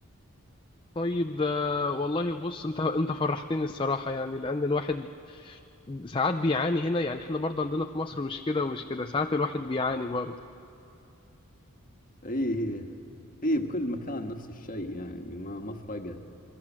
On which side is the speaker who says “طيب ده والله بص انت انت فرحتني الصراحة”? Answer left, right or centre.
Left